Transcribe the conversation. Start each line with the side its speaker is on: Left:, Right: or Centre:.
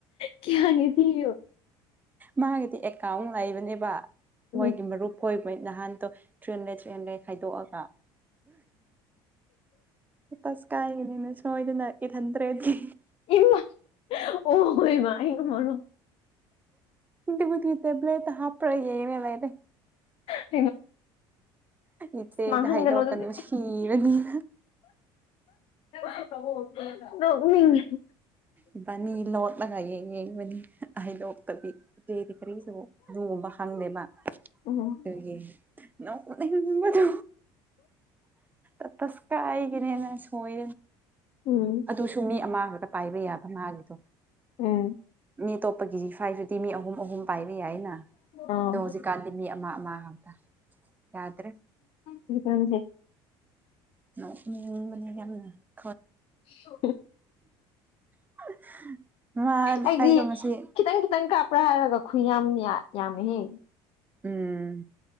Left: ꯀꯌꯥꯅꯤ ꯊꯣ
Right: ꯃꯥꯒꯤꯗꯤ ꯑꯦꯀꯥꯎꯟ ꯂꯩꯕꯅꯦꯕ ꯃꯣꯏ
Left: ꯎꯝ
Right: ꯀ ꯔ ꯍꯣꯏ ꯍꯣꯏ ꯅꯍꯥꯟꯗꯣ ꯇ꯭ꯔꯦꯟ ꯂꯩ ꯇ꯭ꯔꯦꯟ ꯂꯩ ꯈꯥꯏꯗꯣꯛꯑꯒ ꯇꯁ ꯀꯥꯏꯒꯅꯤꯅ ꯁꯣꯏꯗꯅꯀꯦ ꯈꯟꯗ꯭ꯔꯦꯗꯤ
Left: ꯏꯃ ꯑꯣ ꯍ ꯏꯃ ꯏꯉ ꯃꯔꯔ
Right: ꯕꯨꯒꯤ ꯇ꯭ꯂ ꯍꯥꯄ꯭ꯔ ꯌꯦꯦꯅꯦ ꯂꯩꯅꯦ
Left: ꯍ
Right: ꯏꯆꯦꯗ
Left: ꯃꯥꯡꯍꯟꯒꯅꯣ
Right: ꯍꯥꯏꯗꯣꯛꯑꯀꯗꯣ
Left: ꯑꯗꯨꯗꯤ
Right: ꯁꯤꯔꯅꯤꯅ
Left: ꯁꯣ ꯎꯝ
Right: ꯏꯕꯥꯅꯤ ꯂꯣꯠꯂꯒ ꯌꯦꯡ ꯌꯦꯡꯕꯅꯤ ꯍꯩꯗꯣꯛꯇꯕꯤ ꯗꯤ ꯈꯔꯔꯤꯖꯣ ꯉꯣꯕ ꯍꯥꯡꯅꯦꯕꯕꯣ
Left: ꯎꯝ
Right: ꯑ ꯇꯁ ꯀꯥꯏꯒꯤꯅꯦꯅꯁꯨ ꯍꯣꯏ
Left: ꯎꯝ
Right: ꯑꯗꯨꯁꯨ ꯃꯤ ꯑꯃꯈꯛꯇ ꯄꯥꯏꯕ ꯌꯥꯕ ꯃꯥꯒꯤꯗꯣ
Left: ꯎꯝ
Right: ꯃꯤ ꯑꯇꯣꯞꯄꯒꯤꯁꯤ ꯁ꯭ꯋꯥꯏꯗꯨꯗꯤ ꯃꯤ ꯑꯍꯨꯝ ꯑꯍꯨꯝ ꯄꯥꯏꯕ ꯌꯥꯏꯅ
Left: ꯑꯥ
Right: ꯑꯗꯣ ꯍꯧꯖꯤꯛꯀꯥꯟꯗꯤ
Left: ꯑꯁ
Right: ꯃꯤ ꯑꯃ ꯑꯃ ꯍꯥꯏꯇ ꯌꯥꯗ꯭ꯔꯦ
Left: ꯍꯧꯖꯤꯛꯀꯥꯟꯁꯦ
Right: ꯎꯝ ꯃꯅꯦ ꯀ
Left: ꯍ
Right: <unintelligible>
Left: ꯑꯩꯗꯤ
Right: ꯑꯩꯗꯣ ꯉꯁꯤ
Left: ꯈꯤꯇꯪ ꯈꯤꯇꯪ ꯀꯥꯞꯄ꯭ꯔꯥ ꯍꯥꯏꯔꯒ ꯈꯨ ꯌꯥꯝꯅꯤ ꯌꯥꯃꯤꯍꯦ
Right: ꯎꯝ